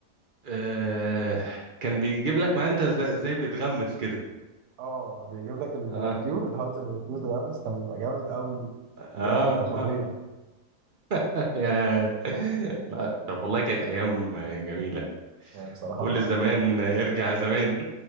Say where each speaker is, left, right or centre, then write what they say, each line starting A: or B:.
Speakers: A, on the right (about 55°); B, on the right (about 80°).
A: آه كان بيجيب لك معاه انت زي, زي بيتغمس كده
B: اه بيجيب لك الباربيكيو
A: اه
B: وتحط الباربيكيو ده بس كان بيبقى جامد قوي
A: اه
B: بجد كان فظيع
A: اه <laughs> يا لا طب والله كانت ايام جميله
B: يعني بصراحه
A: قول للزمان ارجع زمان